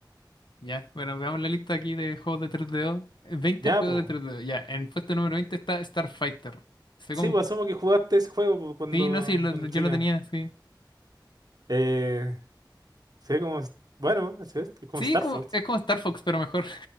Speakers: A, on the left; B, on the right.
A: ya, bueno, veamos la lista aquí de juegos de tres do Eh, 20
B: Ya,
A: juegos
B: po.
A: de 3DO, ya, en puesto número 20 está Starfighter. Sé
B: Sí,
A: como,
B: pues asumo que jugaste ese juego pues, cuando,
A: sí, no sé, sí, lo-
B: cuando
A: lo- yo
B: chica.
A: lo tenía, sí.
B: Eh, se ve como, bueno, se ve como
A: Sí,
B: Star
A: es como,
B: Fox.
A: es como Star Fox, pero mejor.